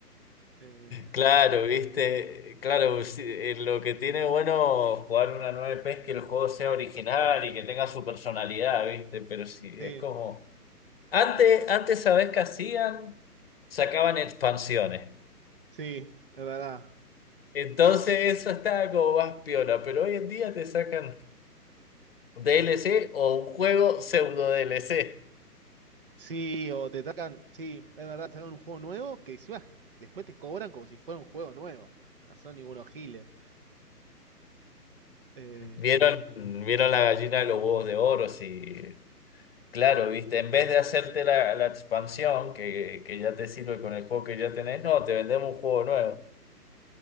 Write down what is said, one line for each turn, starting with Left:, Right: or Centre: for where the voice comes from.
Right: Eh,
Left: Claro, viste, claro, sí, eh, lo que tiene bueno jugar una 9P es que el juego sea original y que tenga su personalidad, viste, pero sí,
Right: sí,
Left: es como... Antes, antes, ¿sabés qué hacían? Sacaban expansiones.
Right: sí, es verdad.
Left: Entonces eso estaba como más piola, pero hoy en día te sacan DLC o un juego pseudo DLC.
Right: Sí, o te sacan, sí, es verdad, te sacan un juego nuevo que encima después te cobran como si fuera un juego nuevo. No son ningunos giles. Eh,
Left: ¿Vieron, vieron la gallina de los huevos de oro? Sí, Claro, viste, en vez de hacerte la, la expansión que, que ya te sirve con el juego que ya tenés, no, te vendemos un juego nuevo.